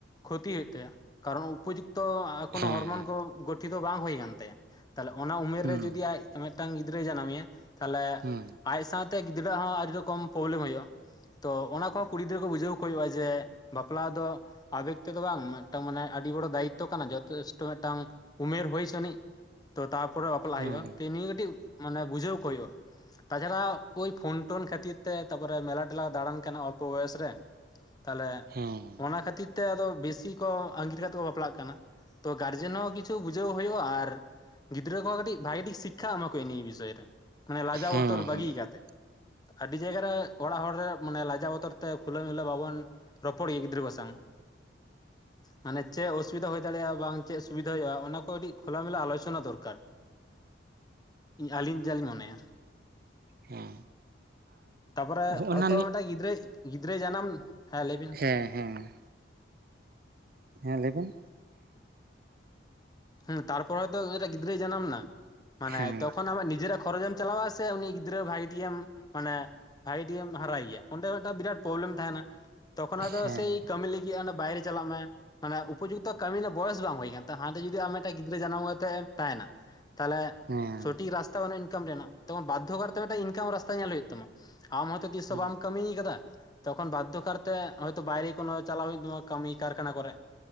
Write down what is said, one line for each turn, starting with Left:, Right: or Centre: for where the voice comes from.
Left: ᱠᱷᱚᱛᱤ ᱦᱩᱭᱩᱜ ᱛᱟᱭᱟ ᱠᱟᱨᱚᱱ ᱩᱯᱚᱡᱩᱠᱛᱚ ᱠᱳᱱᱳ
Right: ᱦᱮᱸ
Left: ᱦᱚᱨᱢᱚᱱ
Right: ᱦᱮᱸ
Left: ᱠᱚ ᱜᱚᱴᱷᱤᱛᱚ ᱵᱟᱝ ᱦᱩᱭ ᱟᱠᱟᱱ ᱛᱟᱭᱟ, ᱛᱟᱦᱚᱞᱮ ᱚᱱᱟ ᱩᱢᱮᱨ
Right: ᱦᱩᱸ
Left: ᱨᱮ ᱡᱩᱫᱤ ᱟᱡ ᱢᱤᱫᱴᱟᱝ ᱜᱤᱫᱽᱨᱟᱹᱭ ᱡᱟᱱᱟᱢᱮᱭᱟ, ᱛᱟᱦᱞᱮ
Right: ᱦᱩᱸ
Left: ᱟᱡ ᱥᱟᱶᱛᱮ ᱜᱤᱫᱽᱨᱟᱹᱣᱟᱜ ᱦᱚᱸ ᱟᱹᱰᱤ ᱨᱚᱠᱚᱢ ᱯᱨᱚᱵᱞᱮᱢ ᱦᱳᱭᱳᱜᱼᱟ᱾ ᱛᱚ ᱚᱱᱟ ᱠᱚᱦᱚᱸ ᱠᱩᱲᱤ ᱜᱤᱫᱽᱨᱟᱹ ᱠᱚ ᱵᱩᱡᱷᱟᱹᱣ ᱠᱚ ᱦᱩᱭᱩᱜᱼᱟ ᱡᱮ ᱵᱟᱯᱞᱟ ᱫᱚ ᱟᱵᱮᱠ ᱛᱮᱫᱚ ᱵᱟᱝ ᱢᱤᱫᱴᱟᱝ ᱢᱟᱱᱮ ᱟᱹᱰᱤ ᱵᱚᱲᱚ ᱫᱟᱭᱤᱛᱚ ᱠᱟᱱᱟ ᱡᱚᱛᱮᱥ ᱴᱚ ᱢᱤᱫᱴᱟᱝ ᱩᱢᱮᱨ ᱦᱩᱭ ᱦᱚᱪᱚᱟᱹᱱᱤᱡ ᱛᱚ ᱛᱟᱨᱯᱚᱨᱮ ᱵᱟᱯᱞᱟ
Right: ᱦᱮᱸ
Left: ᱦᱩᱭᱩᱜᱼᱟ, ᱱᱤᱭᱟᱹ ᱠᱟᱹᱴᱤᱡ ᱢᱟᱱᱮ ᱵᱩᱡᱟᱹᱣ ᱠᱚ ᱦᱚᱭᱩᱜᱼᱟ, ᱛᱟᱪᱷᱟᱲᱟ ᱳᱭ ᱯᱷᱳᱱ ᱴᱳᱱ ᱠᱷᱟᱹᱛᱤᱨ ᱛᱮ ᱛᱟᱨᱯᱚᱨᱮ ᱢᱮᱞᱟ ᱴᱮᱞᱟ ᱫᱟᱬᱟᱱ ᱠᱟᱱᱟ ᱚᱞᱯᱚ ᱵᱚᱭᱚᱥ ᱨᱮ, ᱛᱟᱦᱞᱮ
Right: ᱦᱮᱸ
Left: ᱚᱱᱟ ᱠᱷᱟᱹᱛᱤᱨ ᱛᱮ ᱟᱫᱚ ᱵᱮᱥᱤ ᱠᱚ ᱟᱸᱜᱤᱨ ᱠᱟᱛᱮ ᱠᱚ ᱵᱟᱯᱞᱟᱜ ᱠᱟᱱᱟ, ᱛᱚ ᱜᱟᱨᱡᱮᱱ ᱦᱚᱸ ᱠᱤᱪᱷᱩ ᱵᱩᱡᱷᱟᱹᱣ ᱦᱩᱭᱩᱜᱼᱟ, ᱟᱨ ᱜᱤᱫᱽᱨᱟᱹ ᱠᱚᱦᱚᱸ ᱠᱟᱹᱴᱤᱡ ᱵᱷᱟᱜᱤ ᱴᱷᱤᱠ ᱥᱤᱠᱷᱟ ᱮᱢᱟ ᱠᱚ ᱦᱩᱭᱩᱜ ᱱᱤᱭᱟᱹ ᱵᱤᱥᱚᱭ ᱨᱮ, ᱢᱟᱱᱮ ᱞᱟᱡᱟᱣ
Right: ᱦᱮᱸ
Left: ᱵᱚᱛᱚᱨ ᱵᱟᱹᱜᱤ
Right: ᱦᱮᱸ ᱦᱮᱸ
Left: ᱠᱟᱛᱮ, ᱟᱹᱰᱤ ᱡᱟᱭᱜᱟ ᱨᱮ ᱚᱲᱟᱜ ᱦᱚᱲ ᱨᱮ ᱢᱟᱱᱮ ᱞᱟᱡᱟᱣ ᱵᱚᱛᱚᱨ ᱛᱮ ᱠᱷᱩᱞᱟᱹᱣ ᱢᱤᱞᱟᱹ ᱵᱟᱵᱚᱱ ᱨᱚᱯᱚᱲ ᱜᱮ ᱜᱤᱫᱽᱨᱟᱹ ᱠᱚ ᱥᱟᱶᱝ ᱢᱟᱱᱮ ᱪᱮᱫ ᱚᱥᱩᱵᱤᱫᱟ ᱦᱩᱭ ᱫᱟᱲᱮᱭᱟᱜᱼᱟ ᱵᱟᱝ ᱪᱮᱫ ᱥᱩᱵᱤᱫᱷᱟ ᱦᱩᱭᱩᱜᱼᱟ ᱚᱱᱟ ᱠᱚ ᱟᱹᱰᱤ ᱠᱷᱚᱞᱟ ᱢᱮᱞᱟ ᱟᱞᱳᱪᱚᱱᱟ ᱫᱚᱨᱠᱟᱨ, ᱤᱧ ᱟᱹᱞᱤᱧ ᱡᱟ ᱞᱤᱧ ᱢᱚᱱᱮᱭᱟ,
Right: ᱦᱮᱸ
Left: ᱛᱟᱯᱚᱨᱮ
Right: ᱦᱚᱜᱼᱱᱟ
Left: ᱦᱚᱭᱛᱚ
Right: ᱱᱤ
Left: ᱢᱤᱫᱴᱟᱝ ᱜᱤᱫᱽᱨᱟᱹ ᱜᱤᱫᱽᱨᱟᱹᱭ ᱡᱟᱱᱟᱢ, ᱦᱮᱸ ᱞᱟᱹᱭ ᱵᱤᱱ᱾
Right: ᱦᱮᱸ ᱦᱮᱸ᱾ ᱦᱮᱸ ᱞᱟᱹᱭᱵᱱ᱾
Left: ᱦᱮᱸ ᱛᱟᱨᱯᱚᱨ ᱫᱚ <unintelligible> ᱜᱤᱫᱽᱨᱟᱹᱭ ᱡᱟᱱᱟᱢ ᱱᱟ ᱢᱟᱱᱮ
Right: ᱦᱮᱸ
Left: ᱛᱚᱠᱷᱚᱱ ᱟᱢᱟᱜ ᱱᱤᱡᱮᱨᱟᱜ ᱠᱷᱚᱨᱚᱪᱮᱢ ᱪᱟᱞᱟ ᱟ ᱥᱮ ᱩᱱᱤ ᱜᱤᱫᱽᱨᱟᱹ ᱵᱷᱟᱜᱤ ᱴᱜᱮᱢ ᱢᱟᱱᱮ ᱵᱷᱟᱭᱤᱴᱮᱢ ᱦᱟᱨᱟᱭᱮᱭᱟ ᱚᱸᱰᱮ ᱢᱤᱫᱴᱟᱝ ᱵᱤᱨᱟᱴ ᱯᱨᱚᱵᱞᱮᱢ ᱛᱟᱦᱮᱱᱟ, ᱛᱚᱠᱷᱚᱱ ᱟᱫᱚ
Right: ᱦᱮᱸ
Left: ᱥᱮᱭ ᱠᱟᱹᱢᱤ ᱞᱟᱹᱜᱤᱫ ᱵᱟᱭᱨᱮ ᱪᱟᱞᱟᱜ ᱢᱮ ᱢᱟᱱᱮ ᱩᱯᱚᱡᱩᱠᱛᱚ ᱠᱟᱹᱢᱤ ᱨᱮᱱᱟᱜ ᱵᱚᱭᱮᱥ ᱵᱟᱝ ᱦᱩᱭ ᱠᱟᱱ ᱛᱟᱦᱮᱸ ᱡᱩᱫᱤ ᱟᱢ ᱢᱤᱫᱴᱟᱝ ᱜᱤᱫᱽᱨᱟᱹ ᱡᱟᱱᱟᱢ ᱠᱟᱛᱮᱫ ᱮᱢ ᱛᱟᱦᱮᱱᱟ ᱛᱟᱦᱚᱞᱮ
Right: ᱦᱮᱸ ᱦᱮᱸ
Left: ᱥᱚᱴᱷᱤᱠ
Right: ᱦᱮᱸ
Left: ᱨᱟᱥᱛᱟ ᱵᱟᱹᱱᱩᱜᱼᱟ ᱤᱱᱠᱟᱢ ᱨᱮᱱᱟᱜ <unintelligible> ᱵᱟᱫᱽᱫᱷᱚ ᱠᱟᱨᱛᱮ ᱢᱤᱫᱴᱮᱱ ᱤᱱᱠᱟᱢ ᱨᱟᱥᱛᱟ ᱧᱮᱞ ᱦᱩᱭᱩᱜ ᱛᱟᱢᱟ ᱟᱢ ᱦᱚᱭᱛᱚ ᱛᱤᱥ
Right: ᱦᱩᱸ
Left: ᱦᱚᱸ ᱵᱟᱢ ᱠᱟᱹᱢᱤᱭ ᱟᱠᱟᱫᱟ ᱛᱚᱠᱷᱚᱱ ᱵᱟᱫᱽᱫᱷᱚ ᱠᱟᱨᱛᱮ ᱦᱚᱭᱛᱚ ᱵᱟᱭᱨᱮ ᱠᱚᱱᱚ ᱪᱟᱞᱟᱣ ᱦᱩᱭᱩᱜ ᱛᱟᱢᱟ ᱠᱟᱹᱢᱤ ᱠᱟᱨᱠᱷᱟᱱᱟ ᱠᱚᱨᱮ,